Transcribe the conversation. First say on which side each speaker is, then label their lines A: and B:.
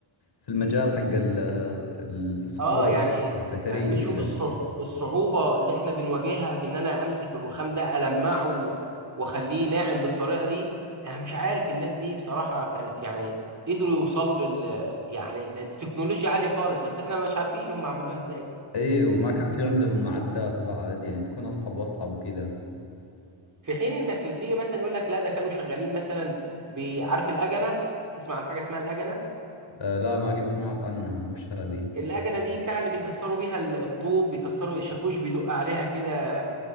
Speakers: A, on the left (about 55°); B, on the right (about 40°).
A: في المجال حق ال... الصخور
B: اه يعني
A: الأثرية
B: ما بشوف
A: وكذا
B: الصع- الصعوبه اللي احنا بنواجهها في ان انا امسك الرخام ده المعه واخليه ناعم بالطريقه دي انا مش عارف الناس دي بصراحه كانت يعني قدروا يوصلوا لل يعني ده- دي تكنولوجيا عاليه خالص بس احنا مش عارفين هم عملوها ازاي
A: اي وما كان في عندهم معدات بعد يعني تكون اصعب واصعب وكذا
B: في حين انك تيجي مثلا يقول لك لا ده كانوا شغالين مثلا بعارف الاجنه تسمع عن حاجه اسمها الاجنه
A: آه لا ما قد سمعت عنها وش هذه
B: الاجنه دي بتاع اللي بيكسروا بيها ال- الطوب بيكسروا الشاكوش بيدق عليها كده